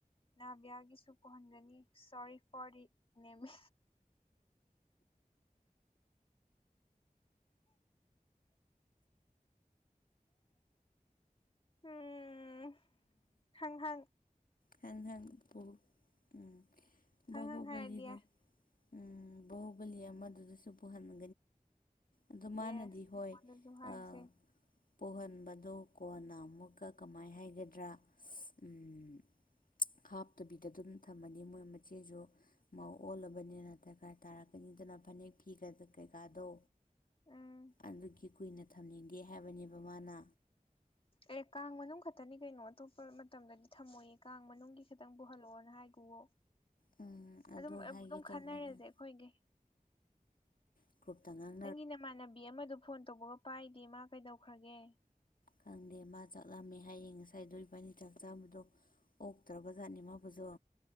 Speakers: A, on the left (about 35°); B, on the left (about 65°).
A: ꯅꯥꯚꯌꯥꯒꯤꯁꯨ ꯄꯨꯍꯟꯒꯅꯤ ꯁꯣꯔꯤ ꯐꯣꯔꯤ ꯅꯦꯃ ꯎꯝ ꯍꯥꯡ ꯍꯥꯡ
B: ꯍꯥꯡ ꯍꯥꯡ ꯄꯨ ꯎꯝ ꯕꯍꯨꯕꯂꯤꯗ
A: ꯍꯪ ꯍꯪ ꯍꯥꯏꯔꯗꯤ ꯌꯥꯏ
B: ꯎꯝ ꯕꯍꯨꯕꯂꯤ ꯑꯃꯗꯨꯗꯁꯨ ꯄꯨꯍꯟꯒꯅꯤ ꯑꯗꯨ ꯃꯥꯅꯗꯤ
A: ꯌꯦꯁ
B: ꯍꯣꯏ
A: ꯃꯉꯣꯟꯗꯁꯨ ꯍꯥꯏꯁꯦ
B: ꯑꯥ ꯄꯣꯍꯟꯕꯗꯨ ꯀꯣꯟꯅ ꯑꯃꯨꯛꯀ ꯀꯃꯥꯏ ꯍꯥꯏꯒꯗ꯭ꯔꯥ ꯁꯤꯁ ꯎꯝ ꯍꯥꯞꯇꯕꯤꯗ ꯑꯗꯨꯝ ꯊꯝꯃꯅꯤ ꯃꯣꯏ ꯃꯆꯦꯖꯨ ꯃꯧ ꯑꯣꯜꯂꯕꯅꯤꯅ ꯗꯔꯀꯥꯔ ꯇꯥꯔꯛꯀꯅꯤꯗꯅ ꯐꯅꯦꯛ ꯐꯤꯒ ꯀꯩꯀꯥꯗꯣ
A: ꯎꯝ
B: ꯑꯗꯨꯒꯤ ꯀꯨꯏꯅ ꯊꯝꯅꯤꯡꯗꯦ ꯍꯥꯏꯕꯅꯦꯕ ꯃꯥꯅ
A: ꯑꯦ ꯀꯥꯡ ꯃꯅꯨꯡ ꯈꯛꯇꯅꯤ ꯀꯩꯅꯣ ꯑꯇꯣꯞꯄ ꯃꯇꯝꯗꯗꯤ ꯊꯝꯃꯣꯏꯌꯦ ꯀꯥꯡ ꯃꯅꯨꯡꯒꯤ ꯈꯤꯇꯪ ꯄꯨꯍꯜꯂꯛꯑꯣꯅ ꯍꯥꯏꯒꯨꯋꯣ
B: ꯎꯝ ꯑꯗꯣ
A: ꯑꯗꯨꯝ
B: ꯍꯥꯏꯒꯦ
A: ꯑꯗꯨꯝ
B: ꯇꯧꯕꯅꯦ
A: ꯈꯟꯅꯔꯖꯦ ꯑꯈꯣꯏꯒꯩ
B: ꯎꯝ ꯀ꯭ꯔꯨꯞꯇ ꯉꯥꯡ
A: ꯅꯪꯒꯤ ꯅꯃꯥꯟꯅꯕꯤ ꯑꯃꯗꯣ ꯐꯣꯟ ꯇꯧꯕꯒ ꯄꯥꯏꯗꯦ ꯃꯥ ꯀꯩꯗꯧꯈ꯭ꯔꯒꯦ
B: ꯈꯪꯗꯦ ꯃꯥ ꯆꯥꯛ ꯂꯥꯝꯃꯦ ꯍꯥꯏꯌꯦ ꯉꯁꯥꯏꯗꯣ ꯏꯕꯥꯅꯤ ꯆꯥꯛ ꯆꯥꯝꯕꯗꯣ ꯑꯣꯛꯇ꯭ꯔꯕꯖꯥꯠꯅꯦ ꯃꯥꯕꯨꯖꯣ